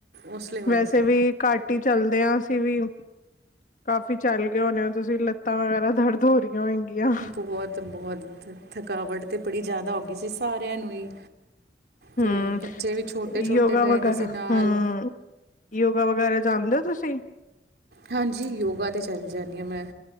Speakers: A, on the right; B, on the left.
A: ਉਸ ਲਈ ਹੋਇਆ
B: ਵੈਸੇ
A: ਸੀ
B: ਵੀ ਘੱਟ ਹੀ ਚੱਲਦੇ ਹਾਂ ਅਸੀਂ ਵੀ ਕਾਫੀ ਚੱਲ ਗਏ ਹੋਣੇ ਹੋ ਤੁਸੀਂ ਲੱਤਾਂ ਵਗੈਰਾ ਦਰਦ ਹੋ ਰਹੀਆਂ ਹੋਏਗੀਆਂ।
A: ਬਹੁਤ ਬਹੁਤ <inaudible> ਥਕਾਵਟ ਤੇ ਬੜੀ ਜ਼ਿਆਦਾ ਹੋ ਗਈ ਸੀ ਸਾਰਿਆਂ ਨੂੰ ਹੀ।
B: ਹੂੰ
A: ਤੇ ਬੱਚੇ ਵੀ ਛੋਟੇ ਛੋਟੇ
B: ਯੋਗਾ
A: ਗਏ
B: ਵਗੈਰਾ
A: ਦੇ ਸੀ ਨਾਲ।
B: ਹੂੰ ਯੋਗਾ ਵਗੈਰਾ ਜਾਣਦੇ ਹੋ ਤੁਸੀਂ
A: ਹਾਂਜੀ ਯੋਗਾ ਤਾਂ ਚੱਲ ਜਾਂਦੀ ਹਾਂ ਮੈਂ,